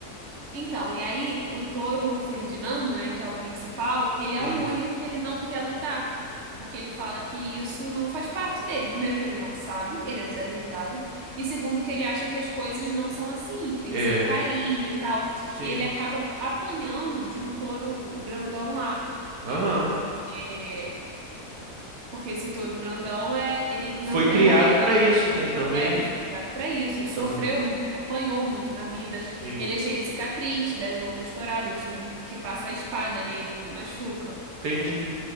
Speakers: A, on the right; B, on the right.
A: Então, e aí o touro Ferdinando, né, que é o principal, ele é
B: Hum,
A: o único que ele não quer lutar. Porque ele fala que isso não faz parte dele. Primeiro que ele não sabe, ele é desajeitado. E segundo que ele acha que as coisas não são assim, que tem
B: é,
A: que ser o carinho e tal.
B: sim.
A: E ele acaba apanhando de um touro grandão lá.
B: Aham.
A: Porque Porque esse touro grandão é, ele não
B: Foi
A: quer
B: criado
A: morrer,
B: para
A: né?
B: isso,
A: Então,
B: né, também.
A: é, ele foi criado pra isso. Ele sofreu
B: Aham.
A: muito, ele apanhou muito na vida.
B: Sim,
A: Ele é cheio de cicatriz das outras touradas, né? Que passa a espada neles e machuca.
B: entendi.